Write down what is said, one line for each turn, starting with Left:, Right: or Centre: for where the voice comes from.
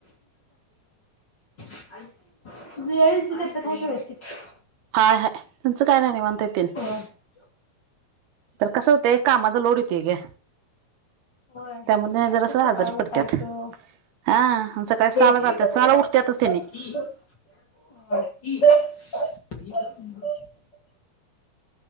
Left: <unintelligible> <unintelligible>
Right: हाय, हाय तेचं काय नाही, निवांत आहेत तेनी.
Left: होय.
Right: तर कसं होतय, कामाचा लोड येतोय ग.
Left: होय,
Right: त्यामुळे जरासं
Left: सकाळी
Right: आजारी
Left: उठायचं.
Right: पडत्यात
Left: <unintelligible>
Right: हा आणि सकाळी सहाला जात्यात सहाला उठत्यातच तेनी
Left: <unintelligible>